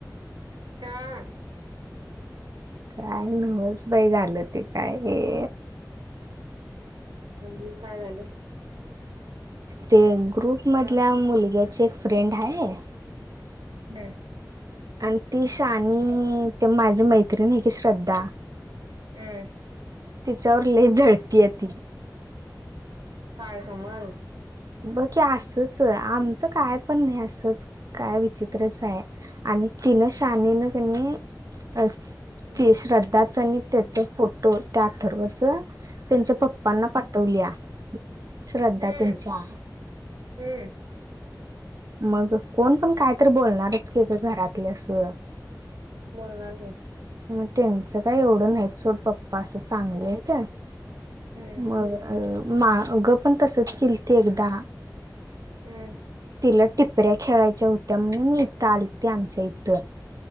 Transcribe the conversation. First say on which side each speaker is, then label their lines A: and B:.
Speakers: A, on the right; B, on the right.
A: का?
B: काय नवच बाई झालं ते काय हे
A: म्हणजे काय झालं?
B: ते ग्रुप मधल्या मुलग्याचे एक फ्रेंड हाय.
A: <unintelligible>
B: आणि ती शहाणी ते माझी मैत्रीण हाय की श्रद्धा
A: अं
B: तिच्यावर लय जळतीये ती
A: काय संबंध
B: ब की असंच आमचं काय पण हे असंच काय विचित्रच हाय. आणि तिनं शहाणीन क नी अ
A: हम्म
B: ते श्रद्धाचं आणि त्याच फोटो त्या अथर्वच त्यांच्या पप्पांना पाठवल्या श्रद्धा
A: हम्म
B: त्यांच्या
A: हम्म.
B: मग कोण पण कायतरी बोलणारच की ग घरातले असं.
A: बोलणार नाही.
B: मग त्यांचं काय एवढं नाही सोड पप्पा असं चांगलं आहे त्या
A: हम्म
B: मग अ मा अग पण तसच केलंती एकदा.
A: हम्म.
B: तिला टिपऱ्या खेळायच्या होत्या म्हणून इथं आलती आमच्या इथं.